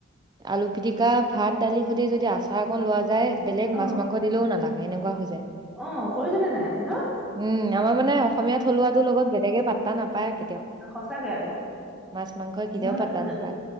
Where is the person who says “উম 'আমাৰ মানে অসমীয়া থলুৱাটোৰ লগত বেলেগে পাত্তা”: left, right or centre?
Right